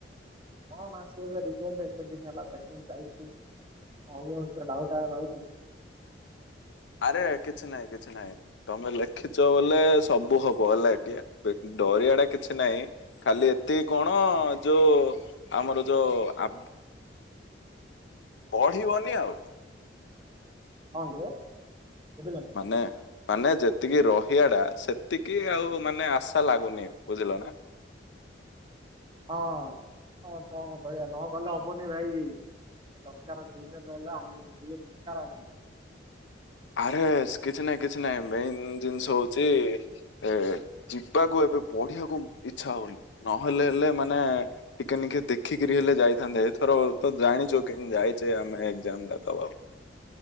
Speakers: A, on the right (about 25°); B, on the left (about 80°).
A: କଣ ଆସିବ ରିଜେଲ୍ଟେ ଏତେଦିନି ହେଲା ଚେକିଗ୍ ଚାଲିଚି। ହଁ ମୁ <unintelligible>
B: ଆରେ କିଛି ନାଇଁ, କିଛି ନାଇଁ। ନାଇଁ ତମେ ଲେଖିଛ ବୋଲେ ସବୁ ହବ ହେଲାକି କେ ଡରିଆଟା କିଛି ନାହିଁ। ଖାଲି ଏତିକି କଣ, ଯୋଉ ଆମର ଯୋଉ ଆ
A: <inaudible>
B: ପଢିବନି ଆଉ।
A: ହଁଯେ ବୁଝିଲକି?
B: ମାନେ ମାନେ ଯେତିକି ରହିବାଟା ସେତିକି ଆଉ ମାନେ ଆଶା ଲାଗୁନି ବୁଝିଲନା?
A: ହଁ, ଆଉ କଣ କରିବା ନଗଲେ ହବନି ଭାଇ। ତସରକାର ଦୁଇଟା ନହେଲେ, ଆମକୁ ସେତିକି ଦରକାର୍ ହବ।
B: ଆରେ ସେ କିଛି ନାଇଁ କିଛି ନାଇଁ, ମେନ୍ ଜିନିଷ ହଉଚି ଏ ଯିବାକୁ ଏବେ ପଢିବାକୁ ଇଚ୍ଛା ହଉନି ନହେଲେ ହେଲେ ମାନେ ଟିକେ ନିିକେ ଦେଖିକିରି ହେଲେ ଯାଇଥାନ୍ତେ, ଏଥରତ ଜାଣିଚ କେମିତି ଯାଇଚେ ଆମେ ଏଗ୍ଜାମ୍ ଟା ଦବାକୁ ଆଉ।